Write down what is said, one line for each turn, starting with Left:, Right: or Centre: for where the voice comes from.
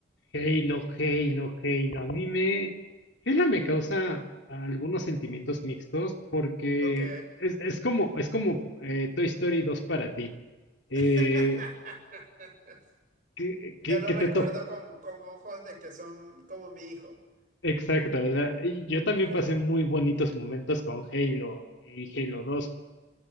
Left: Halo, Halo, Halo. A mí me... Halo me causa algunos sentimientos mixtos porque
Right: Ok.
Left: es, es como, es como eh, Toy Story dos para ti. Eh,
Right: <laughs>
Left: que, que-
Right: Ya lo
Left: que
Right: recuerdo
Left: te tocó.
Right: con, con ojos de que son como mi hijo.
Left: Exacto. o sea, y yo también
Right: <laughs>
Left: pasé muy bonitos momentos con Halo y Halo 2.